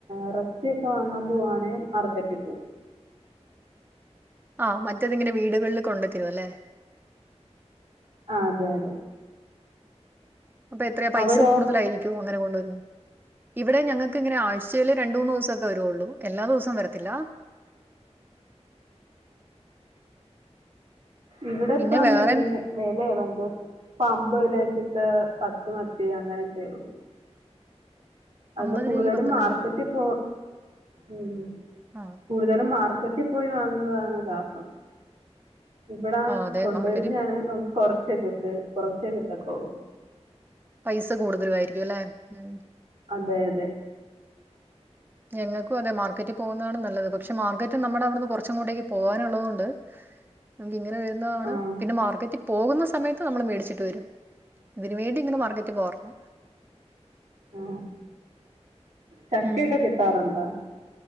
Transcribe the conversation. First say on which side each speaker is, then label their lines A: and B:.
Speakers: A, on the right; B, on the right.
A: ഇറച്ചിയൊക്കെ വാങ്ങാൻ പോവാണേ മാർക്കറ്റിൽ പോകും
B: ആഹ് മറ്റേതിങ്ങനെ വീടുകളിൽ കൊണ്ടത്തരും അല്ലേ
A: ആഹ് അതെ അതെ
B: അപ്പൊ എത്രയ പൈസ
A: അവിടോ
B: കൂടുതലായിരിക്കുവോ അങ്ങനെ കൊണ്ടുവരുന്നതിന് ഇവിടെ ഞങ്ങൾക്ക് ഇങ്ങനെ ആഴ്ചയിൽ രണ്ട് മൂന്ന് ദിവസക്കെ വരൂള്ളൂ എല്ലാ ദിവസം വരത്തില്ല
A: ഇവിടെപ്പം
B: പിന്നെ വേറെ
A: മീന് വിലയ ഭയങ്കര ഇപ്പ അമ്പത് രൂപക്കൊക്കെ പത്ത് മത്തി അങ്ങനെയൊക്കെള്ളൂ അതണ്ട്
B: അമ്പത്
A: കൂടുതലും
B: രൂപയ്ക്ക് പത്തെണ്ണം
A: മാർക്കറ്റിൽ
B: കിട്ടും
A: പോ ഉം
B: ആഹ്
A: കൂടുതലും മാർക്കറ്റിൽ പോയി വാങ്ങുന്നതാണ് ലാഭം ഇവിടാ
B: ആഹ് അതെ
A: കൊണ്ടുവരുന്നാണെ
B: മാർക്കറ്റിൽ
A: നമുക്ക് കൊറച്ചേ കിട്ടെ കൊറച്ചേ കിട്ടത്തുള്ളൂ
B: പൈസ കൂടുതലായിരിക്കും അല്ലെ ഉം
A: അതെ അതെ
B: ഞങ്ങൾക്കും അതെ മാർക്കറ്റിൽ പോകുന്നതാണ് നല്ലത് പക്ഷെ മാർക്കറ്റ് നമ്മുടെ അവിടുന്ന് കുറച്ചങ്ങോട്ടേക്ക് പോകാനുള്ളതുകൊണ്ട് നമുക്ക് ഇങ്ങനെ വരുന്നതാണ്
A: ആഹ്
B: പിന്നെ മാർക്കറ്റിൽ പോകുന്ന സമയത്ത് നമ്മൾ മേടിച്ചിട്ട് വരും അതിനു വേണ്ടി ഇങ്ങനെ മാർക്കറ്റിൽ പോവാറില്ല
A: ഉം ചക്കക്കെ
B: ഉം.
A: കിട്ടാറുണ്ടോ